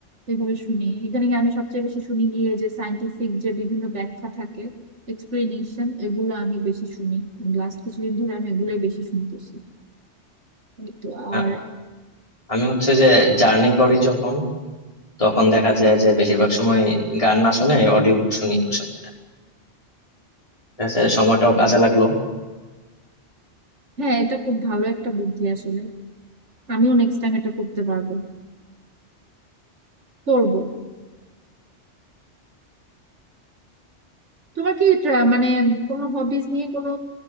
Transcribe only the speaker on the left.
আ-
আমি হচ্ছে যে জার্নি করি যখন তখন দেখা যায় যে বেশিরভাগ সময় গান না শুনে অডিও বুক শুনি বসে বসে। দেখা যায় সময়টাও
কাজে লাগলো